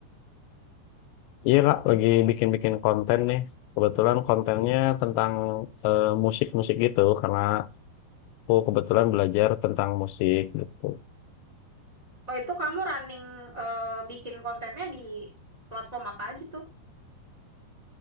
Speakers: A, on the left; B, on the right.
A: Iya Kak, lagi bikin-bikin konten nih. Kebetulan kontennya tentang eh, musik-musik gitu karena aku kebetulan belajar tentang musik gitu.
B: Oh itu kamu running eh, bikin kontennya di platform apa aja tuh?